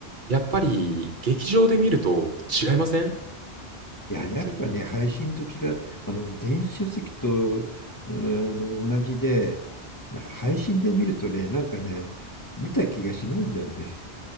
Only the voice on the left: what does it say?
いや、
やっぱね、配信と違う、あの、電子書籍と、あの、同じで、配信で見るとね、なんかね、見た気がしないんだよね。